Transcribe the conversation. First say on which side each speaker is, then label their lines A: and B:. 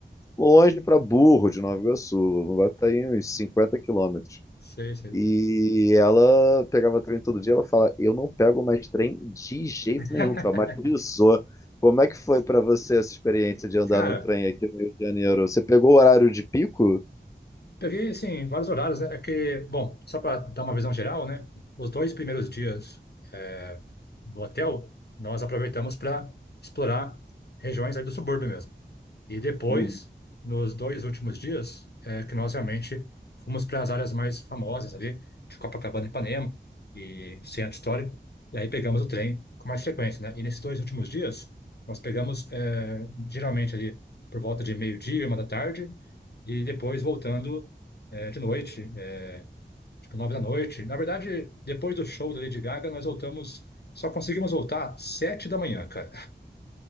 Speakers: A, on the left; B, on the left.
A: Longe para burro de Nova Iguaçu, vai estar aí uns 50 quilômetros.
B: Sei, sei.
A: E ela pegava trem todo dia, ela fala, eu não pego mais trem de jeito
B: <laughs>
A: nenhum, traumatizou. Como é que foi para você essa experiência de andar
B: Cara,
A: no trem aqui no Rio de Janeiro? Você pegou o horário de pico?
B: Peguei, assim, vários horários, né? É que, bom, só para dar uma visão geral, né? Os dois primeiros dias eh, no hotel, nós aproveitamos para explorar regiões aí do subúrbio mesmo. E depois,
A: Uhum.
B: nos dois últimos dias, é, que nós realmente fomos para as áreas mais famosas ali, de Copacabana e Ipanema, e centro histórico, e aí pegamos o trem com mais frequência, né? E nesses dois últimos dias, nós pegamos é, geralmente ali por volta de meio-dia, uma da tarde, e depois voltando é, de noite, é, tipo nove da noite. Na verdade, depois do show da Lady Gaga, nós voltamos, só conseguimos voltar sete da manhã, cara.